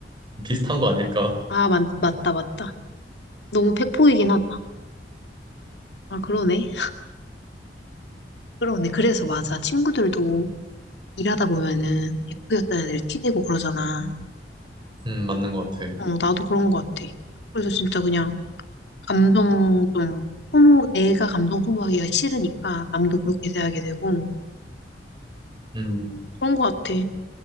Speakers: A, on the right; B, on the left.
A: 비슷한 거 아닐까.
B: 아, 맞, 맞다, 맞다. 너무 팩폭이긴 하다. 아, 그러네. 그러네. 그래서 맞아. 친구들도 일하다 보면은 F였던 애들 t 대고 그러잖아.
A: 음, 맞는 것 같아.
B: 어, 나도 그런 것 같아. 그래서 진짜 그냥 감정 좀 소모, 내가 감정 소모하기가 싫으니까 남도 그렇게 대하게 되고
A: 음,
B: 그런 것 같아.